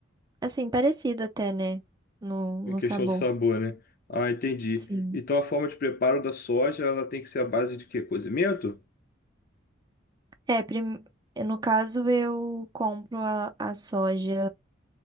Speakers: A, on the right (about 20°); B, on the left (about 50°).
A: assim, parecido até, né? No, no
B: Em questão
A: sabor.
B: do sabor, né? Ah, entendi.
A: Sim.
B: Então, a forma de preparo da soja, ela tem que ser a base de quê? Cozimento?
A: É, prim- no caso, eu compro a, a soja,